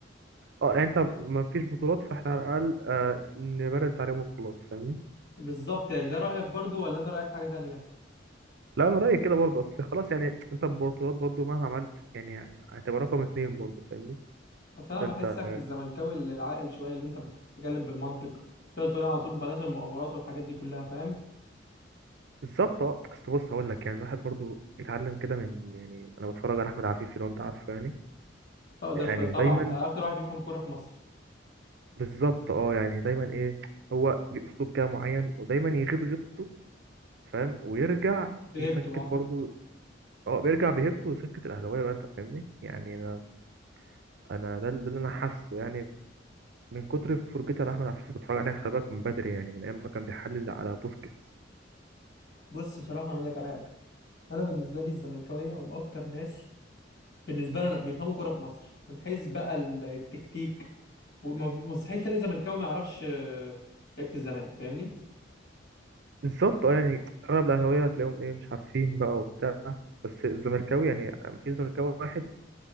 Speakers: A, on the right; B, on the left.
A: أه يعني أنت ما فيش بطولات فإحنا على الأقل آه نبرد عليهم وخلاص فاهمني؟
B: بالظبط يعني ده رايك برضو ولا انت رايك حاجه تانية
A: لا أنا رأيي كده برضه أصل خلاص يعني أنت البطولات برضه مهما عملت يعني هتبقى رقم اتنين برضه فاهمني؟
B: بس انا
A: فأنت
B: بحسك الزملكاوي اللي العاقل شويه اللي انت بتتكلم بالمنطق تقدر تقول على طول بلاش المؤامرات والحاجات دي كلها فاهم
A: بالظبط اه اصل بص هقول لك يعني الواحد برضو اتعلم كده من يعني انا بتفرج على احمد عفيفي لو انت عارفه يعني
B: طب
A: يعني
B: ده ف- طبعا
A: دايما
B: ده اكتر واحد بيفهم كوره في مصر
A: بالظبط اه يعني دايما ايه هو ليه اسلوب كده معين ودايما يغيب غيبته فاهم ويرجع
B: بهيبته
A: يسكت
B: اعتقد
A: برضو اه بيرجع بهيبته ويسكت الاهلاويه بقى انت فاهمني يعني انا انا ده اللي انا حاسه يعني من كتر فرجتي على احمد عفيفي بتفرج عليه خلي بالك من بدري يعني من ايام ما كان بيحلل على بوسكيتس
B: بص بصراحه انا اقول لك على حاجه انا بالنسبه لي الزملكاويه هم اكتر ناس بالنسبه لنا بيفهموا كوره في مصر من حيث بقى ال- التكتيك وم- مستحيل تلاقي زملكاوي ما يعرفش آه، لعيبه الزمالك فاهمني
A: بالظبط اه يعني اغلب الاهلاويه هتلاقيهم ايه مش عارفين بقى وبتاع بس الزمركاوي يعني مفيش زمركاوي واحد